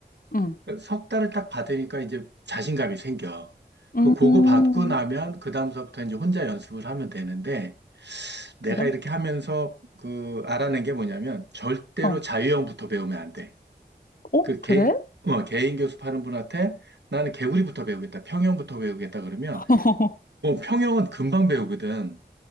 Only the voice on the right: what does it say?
그석 달을 딱 받으니까 이제 자신감이 생겨.
그 그거 받고 나면 그 다음서부터 이제 혼자 연습을 하면 되는데 내가
이렇게 하면서 그 알아낸 게 뭐냐면 절대로
자유형부터 배우면 안 돼.
그 개,
어, 개인 교습하는 분한테 나는 개구리부터 배우겠다, 평형부터 배우겠다 그러면
어, 평형은 금방 배우거든.